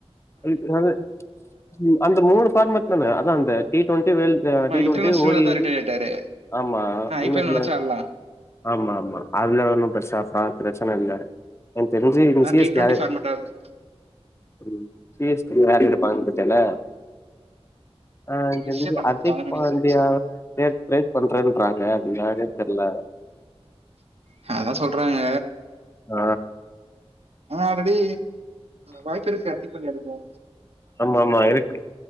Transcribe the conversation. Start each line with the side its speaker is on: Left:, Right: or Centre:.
Left: த் அது ம் அந்த மூணு ஃபார்மெட் தான அதா அந்த டிடொன்டி வேல்ட் இதா
Right: ஆ
Left: டிடொன்டி
Right: இன்டர்நேஷனல்ல
Left: ஓடியையி
Right: தா ரிட்டையர் ஆயிட்டாரு
Left: ஆமா
Right: ஆ
Left: இன்னோ
Right: ஐ பி எல்
Left: எதுல
Right: நெனச்சா ஆடலா
Left: ஆமா ஆமா அதுல ஒன்னு பெருசா ப்ரா ப்ரெச்சன இல்ல எனக் தெரிஞ்சு இது
Right: ஆ
Left: C
Right: D
Left: S K
Right: twenty
Left: யாரு
Right: ஃபார்மட்டா இருக்கு
Left: ம் சி எஸ் கே யார் எடுப்பாங்கனுப் பத்தேல ஆ எனக் தெரிஞ்சு
Right: ரிஷப் பண்ட்
Left: ஹர்த்திக்
Right: எடுத்துருவாங்கன்னு
Left: பாண்டியாவ
Right: நெனைக்கிற
Left: சேரி ட்ரை பண்றேன்றாங்க அப்டினான்னே தெர்ல
Right: ஹா அதா சொல்றாங்க
Left: அ
Right: ஆல்ரெடி வாய்ப்பு இருக்கு ஹர்த்திக் பாண்டிய எடுக்கவு
Left: ஆமா ஆமா இருக்கு